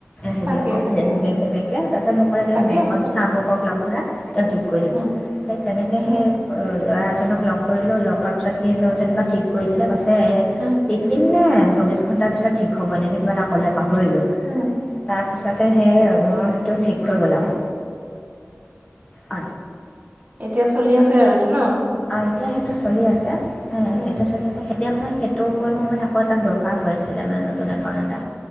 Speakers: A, on the left; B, on the right.
A: হেৰি
B: থাকে
A: অ
B: থাকে অ',
A: বেংকে - বেংকে তাৰপাছত মোক ক'লে তুমি
B: থাকে
A: বেংকত
B: থাকে
A: যোৱা আমুক লগ ধৰা তেও ঠিক কৰি দিব।
B: উম,
A: সেই তেনেকৈ
B: উম,
A: সেই ল'ৰা জনক লগ কৰিলো লগ কৰাৰ পিছত সেইজননিবা ঠিক কৰি দিলে। কৈছে
B: উম,
A: নাই চৌবিশ ঘন্টাৰ পিছত ঠিক হ'ব নেকি কিবা এটা ক'লে পাহৰিলো
B: উম,
A: তাৰ পিছতে সেই মোৰ সেইটো ঠিক হৈ গ'ল আৰু। অ,
B: এতিয়া চলি আছে আৰু এইটো ন?
A: আ <unintelligible> এতিয়া সেইটো চলি আছে -সেইটো
B: উম,
A: চলি আছে তেতিয়া মানে সেইটো কৰিবোৰ মানে আকৌ এটা দৰকাৰ হৈ আছিলে মানে নতুন একাউণ্ট এটা